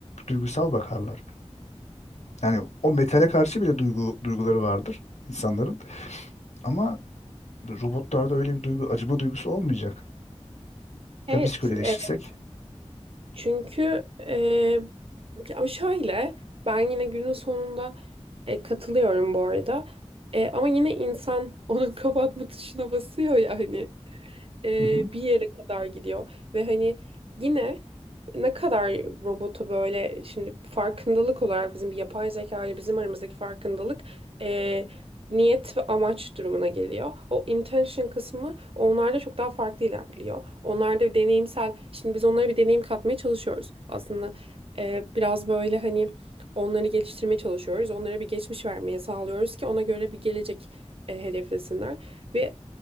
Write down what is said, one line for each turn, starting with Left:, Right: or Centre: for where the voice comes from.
Left: duygusal bakarlar. Yani o metale karşı bile duygu duyguları vardır insanların. Ama robotlarda öyle bir duygu, acıma duygusu olmayacak.
Right: Evet,
Left: Ya biz köleleşirsek?
Right: e, çünkü e, Ama şöyle ben yine günün sonunda e, katılıyorum bu arada. E, ama yine insan onun <laughs> kapatma tuşuna basıyor ya hani e,
Left: Hı hı.
Right: bir yere kadar gidiyor. Ve hani yine ne kadar robotu böyle şimdi farkındalık olarak bizim bir yapay zeka ile bizim aramızdaki farkındalık e, niyet ve amaç durumuna geliyor. O intention kısmı onlarda çok daha farklı ilerliyor. Onlarda deneyimsel, şimdi biz onlara bir deneyim katmaya çalışıyoruz. Aslında e, biraz böyle hani onları geliştirmeye çalışıyoruz. Onlara bir geçmiş vermeye sağlıyoruz ki ona göre bir gelecek e, hedeflesinler. Ve